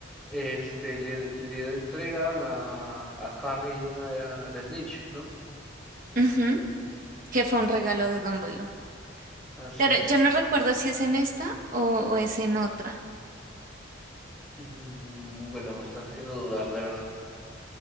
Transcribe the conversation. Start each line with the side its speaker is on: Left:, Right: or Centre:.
Centre: este le, le entregan a, a Harry una de la Snitch, ¿no?
Right: Ujú, que fue un regalo de Dumbledore.
Centre: Así
Right: Pero
Centre: es.
Right: yo no recuerdo si es en esta o, o es en otra.
Centre: Mm, bueno, me estás haciendo dudar, la verdad.